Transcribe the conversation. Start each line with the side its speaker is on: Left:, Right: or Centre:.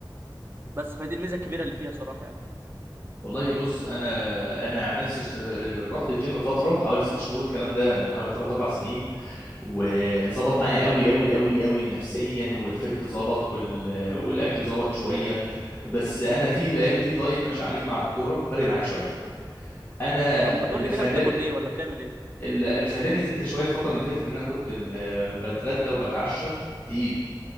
Right: بس فدي الميزه الكبيره اللي فيها صراحه يعني
Left: والله بص انا انا عن نفسي اشت- رحت الجيم فتره حوالي ست شهور الكلام ده من حوالي ثلاث اربع سنين وظبط
Right: اه
Left: معايا قوي قوي قوي قوي نفسيا والفت ظبط وال... والاكل ظبط شويه بس انا في الايام دي دايت ماشي عليه مع الكوره فرق معايا شويه انا
Right: طب ما تقول
Left: اللي
Right: لي كده
Left: خلاني
Right: بتاكل ايه ولا بتعمل ايه
Left: اللي اللي خلاني زدت شويه الفتره اللي فاتت ان انا كنت ال- بتغدى وبتعشى تقيل